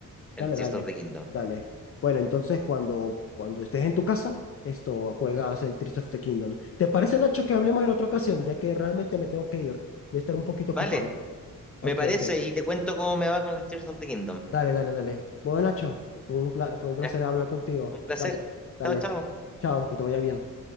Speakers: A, in the centre; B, on the left.
A: el
B: Dale,
A: Tears
B: dale,
A: of the Kingdom.
B: dale. Bueno, entonces cuando, cuando estés en tu casa, esto juegas el Tears of the Kingdom. ¿Te parece, Nacho, que hablemos en otra ocasión? Ya que realmente me tengo que ir. Voy a estar un poquito
A: Vale,
B: ocupado. Ok,
A: me parece
B: ok.
A: y te cuento cómo me va con el Tears of the Kingdom.
B: Dale, dale, dale. Bueno, Nacho, fue un pla- fue un placer
A: Ya,
B: hablar contigo.
A: un placer.
B: Dale, dale.
A: Chao, chao.
B: Chao, que te vaya bien.